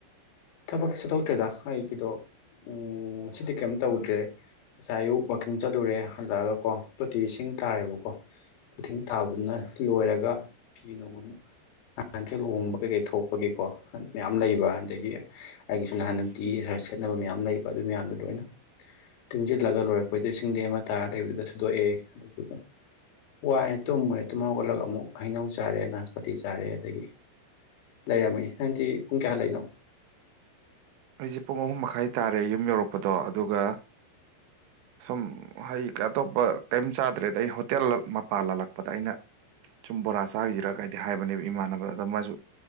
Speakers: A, on the left; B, on the right.
A: ꯊꯕꯛ ꯁꯨꯊꯣꯛꯇ꯭ꯔꯦꯗ ꯑꯩꯒꯤꯗꯣ ꯎ ꯁꯤꯗꯤ ꯀꯩꯝ ꯇꯧꯗ꯭ꯔꯦ ꯉꯁꯥꯏ ꯑꯌꯨꯛ ꯋꯥꯀꯤꯡ ꯆꯠꯂꯨꯔꯦ ꯍꯜꯂꯛꯑꯒ ꯀꯣ ꯇꯣꯇꯤ ꯏꯁꯤꯡ ꯇꯥꯌꯦꯕꯀꯣ ꯇꯊꯤꯡ ꯊꯥꯕꯗꯨꯅ ꯂꯣꯏꯔꯒ ꯐꯤ ꯅꯨꯡ ꯅꯍꯥꯟꯈꯩ ꯂꯨꯍꯣꯡꯕ ꯀꯩꯀꯩ ꯊꯣꯛꯄꯒꯤꯀꯣ ꯃꯌꯥꯝ ꯂꯩꯕ ꯑꯗꯒꯤ ꯑꯩꯒꯤꯁꯨ ꯅꯍꯥꯟ ꯅꯨꯡꯇꯤꯒꯤ ꯈꯔ ꯁꯦꯠꯅꯕ ꯃꯌꯥꯝ ꯂꯩꯕ ꯑꯗꯨ ꯃꯌꯥꯝꯗꯣ ꯂꯣꯏꯅ ꯇꯨꯡꯖꯤꯜꯂꯒ ꯂꯣꯏꯔꯛꯄꯩꯗꯣ ꯏꯁꯤꯡꯗ ꯑꯃ ꯇꯥꯔꯒ ꯂꯩꯕꯗꯨꯗ ꯁꯨꯗꯣꯛꯑꯦ ꯑꯗꯨꯗꯨꯒ ꯋꯥꯏꯅ ꯇꯨꯝꯃꯨꯔꯦ ꯇꯨꯝ ꯍꯧꯒꯠꯂꯒ ꯑꯃꯨꯛ ꯍꯩꯅꯧ ꯆꯥꯔꯦ ꯅꯥꯁꯄꯇꯤ ꯆꯥꯔꯦ ꯑꯗꯒꯤ ꯂꯩꯔꯝꯃꯤꯅꯤ ꯅꯪꯗꯤ ꯄꯨꯡ ꯀꯌꯥ ꯍꯜꯂꯛꯢꯅꯣ
B: ꯑꯩꯁꯦ ꯄꯨꯡ ꯑꯍꯨꯝ ꯃꯈꯥꯏ ꯇꯥꯔꯦ ꯌꯨꯝ ꯌꯧꯔꯛꯄꯗꯣ ꯑꯗꯨꯒ ꯁꯨꯝ ꯍꯩ ꯑꯇꯣꯞꯄ ꯀꯔꯤꯝ ꯆꯥꯗ꯭ꯔꯦꯗ ꯑꯩ ꯍꯣꯇꯦꯜ ꯃꯄꯥꯜ ꯂꯥꯜꯂꯛꯄꯗ ꯑꯩꯅ ꯁꯨꯝ ꯕꯣꯔꯥ ꯆꯥꯈꯤꯁꯤꯔ ꯒꯥꯏꯗꯤ ꯍꯥꯏꯕꯅꯦꯕ ꯏꯃꯥꯟꯅꯕꯗ ꯑꯗ ꯃꯥꯁꯨ